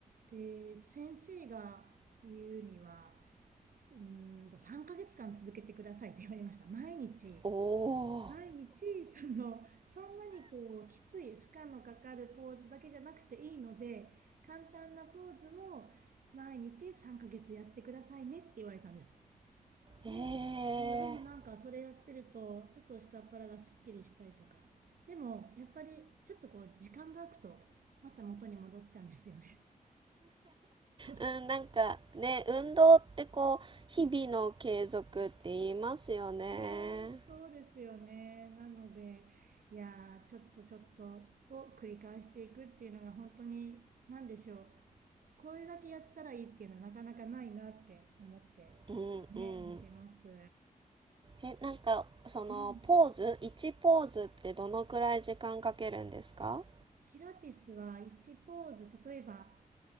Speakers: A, on the right; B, on the right.
A: で、先生が言うには、うんと3ヶ月間続けてくださいって言われました。毎日。
B: おお。
A: 毎日、その、そんなにこう、きつい、負荷のかかるポーズだけじゃなくていいので、簡単なポーズを毎日3ヶ月やってくださいねって言われたんです。
B: <laughs> ええー
A: で、そう、でもなんかそれやってると、ちょっと下っ腹がすっきりしたりとか。でも、やっぱり、ちょっとこう、時間が空くと、また元に戻っちゃうんですよね。そう。
B: うん、なんかね、運動ってこう、日々の継続って言いますよね。
A: ねえ、そうですよね。なので、いやー、ちょっとちょっとを繰り返していくっていうのが本当に、なんでしょう。これだけやったらいいっていうのはなかなかないなって思って、
B: うんうん。
A: ね、見てます。
B: え、なんか、その、
A: うん。
B: ポーズ、1ポーズってどのくらい時間かけるんですか
A: ピラティスは1ポーズ例えば